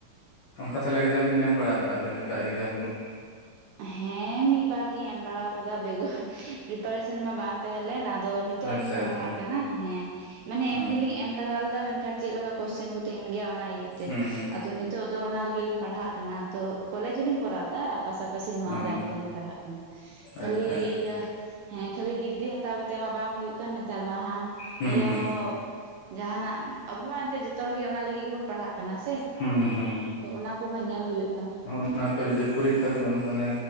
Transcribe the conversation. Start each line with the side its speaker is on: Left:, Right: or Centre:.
Left: ᱚᱱᱠᱟ ᱛᱟᱦᱚᱞᱮ ᱮᱠᱡᱟᱢ ᱵᱤᱱ ᱮᱢ ᱵᱟᱲᱟ ᱠᱟᱜᱼᱟ ᱵᱤᱱ ᱱᱤᱛᱟᱜ ᱮᱠᱡᱟᱢ ᱠᱚ
Right: ᱦᱮᱸ ᱢᱤᱫᱤᱵᱟᱨ ᱞᱤᱧ ᱮᱢ ᱵᱟᱲᱟᱟᱣ ᱠᱟᱫᱟ ᱵᱮᱜᱚᱨ ᱯᱨᱤᱯᱟᱨᱮᱥᱚᱱ ᱢᱟ ᱵᱟᱝ ᱛᱟᱦᱮᱸ ᱞᱮᱱ ᱟᱫᱚ ᱱᱤᱛᱚᱜ
Left: ᱟᱪᱪᱷᱟ
Right: ᱞᱤᱧ ᱯᱟᱲᱦᱟᱜ
Left: ᱟᱪᱪᱷᱟ
Right: ᱠᱟᱱᱟ ᱦᱮᱸ ᱢᱟᱱᱮ ᱮᱢᱱᱤᱞᱤᱧ
Left: ᱚ
Right: ᱮᱢ ᱞᱟᱜᱟᱣ ᱞᱮᱫᱟ ᱢᱮᱱᱠᱷᱟᱱ ᱪᱮᱫ ᱞᱮᱠᱟ ᱠᱚᱥᱪᱮᱱ ᱠᱚ ᱛᱟᱦᱮᱱ ᱜᱮᱭᱟ ᱚᱱᱟ ᱤᱭᱟᱹᱛᱮ
Left: ᱦᱩᱸ
Right: ᱟᱫᱚ ᱚᱱᱟ ᱞᱟᱹᱜᱤᱫ ᱞᱤᱧ ᱯᱟᱲᱦᱟᱜ ᱠᱟᱱᱟ ᱛᱚ ᱠᱚᱞᱡᱽ ᱞᱤᱧ ᱠᱚᱨᱟᱣ ᱮᱫᱟ ᱯᱟᱥᱟᱯ ᱯᱟᱥᱤ ᱱᱚᱣᱟ
Left: ᱚ
Right: ᱞᱟᱭᱤᱱ ᱛᱮᱞᱤᱧ ᱯᱟᱲᱦᱟᱜ ᱠᱟᱱᱟ ᱠᱷᱟᱹᱞᱤ
Left: ᱟᱪᱪᱷᱟ ᱟᱪᱪᱷᱟ
Right: ᱤᱭᱟᱹ ᱦᱮᱸ ᱠᱷᱟᱹᱞᱤ ᱰᱤᱜᱽᱨᱤ ᱦᱟᱛᱟᱣ ᱠᱟᱛᱮᱜ ᱢᱟ ᱵᱟᱝ ᱦᱩᱭᱩᱜ ᱠᱟᱱ ᱱᱮᱛᱟᱨ ᱢᱟ ᱦᱟᱝ
Left: ᱦᱩᱸ
Right: ᱤᱭᱟᱹ
Left: ᱦᱩᱸ
Right: ᱦᱚᱸ ᱡᱟᱦᱟᱱᱟᱜ ᱟᱵᱚ ᱢᱟ ᱮᱱᱛᱮ ᱡᱚᱛᱚ ᱦᱚᱲ ᱜᱮ ᱚᱱᱟ ᱞᱟᱹᱜᱤᱫ ᱜᱮᱵᱚᱱ ᱯᱟᱲᱦᱟᱜ ᱠᱟᱱᱟ ᱥᱮ
Left: ᱦᱩᱸ ᱦᱩᱸ
Right: ᱛᱚ ᱚᱱᱟ ᱠᱚᱦᱚᱸ ᱧᱮᱞ ᱦᱩᱭᱩᱜ ᱠᱟᱱᱟ
Left: ᱚᱱᱟ ᱠᱚ ᱡᱩᱫᱤ ᱯᱷᱩᱨᱤ ᱠᱷᱟᱫᱚᱢ ᱢᱟᱱᱮ